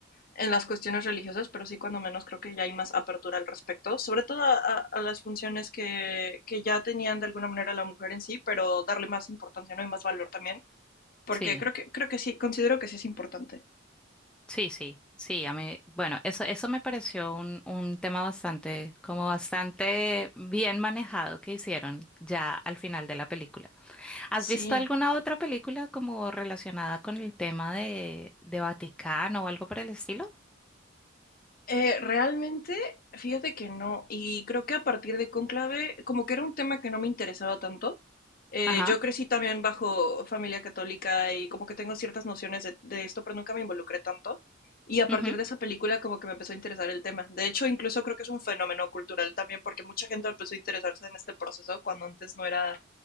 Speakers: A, on the left; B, in the centre.
A: en las cuestiones religiosas, pero sí cuando menos creo que ya hay más apertura al respecto, sobre todo a, a- a las funciones que, que ya tenían de alguna manera la mujer en sí, pero darle más importancia, ¿no? Y más valor también, porque
B: Sí.
A: creo que, creo que sí, considero que sí es importante.
B: Sí, sí, sí, a mí, bueno, eso, eso me pareció un, un tema bastante, como bastante bien manejado que hicieron ya al final de la película. ¿Has
A: Sí.
B: visto alguna otra película como relacionada con el tema de, de Vaticano o algo por el estilo?
A: Eh, realmente, fíjate que no. Y creo que a partir de Cónclave, como que era un tema que no me interesaba tanto. Eh,
B: Ajá.
A: yo crecí también bajo familia católica y como que tengo ciertas nociones de, de esto, pero nunca me involucré tanto. Y a
B: ujú,
A: partir de esa película como que me empezó a interesar el tema. De hecho, incluso creo que es un fenómeno cultural también, porque mucha gente empezó a interesarse en este proceso cuando antes no era